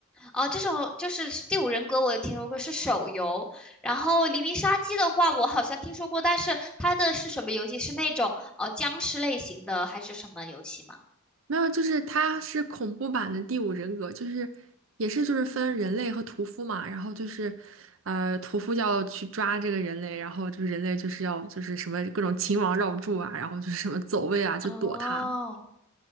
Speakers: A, in the centre; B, on the right.
A: 哦，这种就是《第五人格》，我有听说过是手游。然后《黎明杀机》的话，我好像听说过，但是它的是什么游戏？是那种呃僵尸类型的，还是什么游戏吗？
B: 没有，就是它是恐怖版的第五人格，就是也是就是分人类和屠夫嘛，然后就是，呃，屠夫要去抓这个人类，然后就是人类就是要就是什么各种秦王绕柱啊，然后就是什么走位啊，就躲他，
A: 哦，